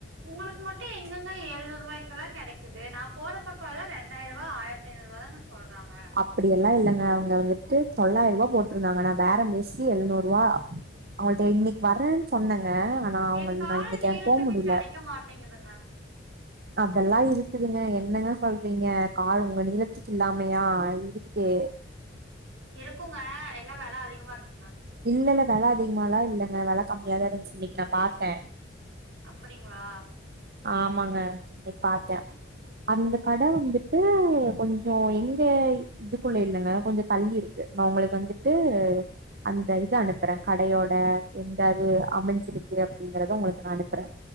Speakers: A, on the right; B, on the right.
A: உங்களுக்கு மட்டு எங்கெங்க எழுநூறு ரூவாய்க்கெல்லா கெடைக்குது நா போற பக்கோ எல்லா ரெண்டாயி ருவா ஆயிரத் த்தி ஐநூறுபா தாங்க சொல்றாங்க
B: அப்புடி எல்லா இல்லங்க அவங்க வந்துட்டு தொள்ளாயிர ரூவா போட்ருந்தாங்க நா பேரம் பேசி எழ்நூறுவா அவங்கள்ட்ட இன்னிக்கு வரன்னு சொன்னங்க நா அவங்கள்
A: எ கால்
B: நா இன்னிக்கு
A: நீளத்துக்கு
B: எனக்கு போ முடில
A: கெடைக்க மாட்டேங்குதுங்க
B: அதெல்லா இருக்குதுங்க என்னங்க சொல்றீங்க கால் உங்க நீல த்துக்கு இல்லாமையா இருக்கே
A: இருக்குங்க எல்லா வெல அதிகமா இருக்குங்க
B: இல்ல இல்ல வெல அதிகமாலா இல்லங்க வெல கம்மியாதா இருஞ்ச்சு இன்னிக் நா பாத்த
A: அப்படிங்ளா
B: ஆமாங்க இன்னிக் பாத்த அந்த கட வந்துட்டு கொஞ்சோ எங்க இதுக்குள்ள இல்லங்க கொஞ்ச தள்ளி இருக்கு நா உங்களுக்கு வந்துட்டு அந்த இது அனுப்பற கடையோட எந்தாது அமைஞ்சிருக்கு அப்டிங்கறத உங்களுக்கு நா அனுப்புற